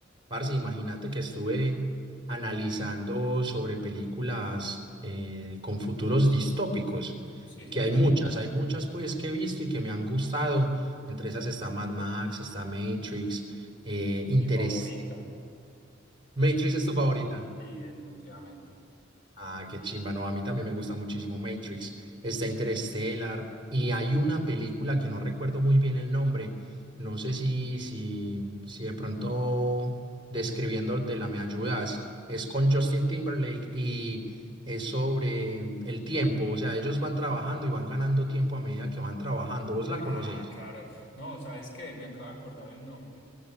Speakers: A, on the right; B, on the left.
A: Parce, imagínate que estuve analizando sobre películas eh, con futuros distópicos,
B: Sí, esa
A: que
B: es
A: hay Ujú. muchas, hay muchas pues que he visto y que me han gustado. Entre esas está Mad Max, está Matrix, eh, Interés.
B: mi favorita.
A: ¿Matrix es tu favorita?
B: Sí, definitivamente.
A: Ah, qué chimba, no, a mí también me gusta muchísimo Matrix, está Interstellar y hay una película que no recuerdo muy bien el nombre, no sé si, si, si de pronto describiéndotela me ayudas, es con Justin Timberlake y es sobre el tiempo, o sea, ellos van trabajando y van ganando tiempo a medida que van trabajando, ¿vos la
B: Ah,
A: conoces?
B: claro. No, ¿sabes qué? Me acabo de acordar el nombre.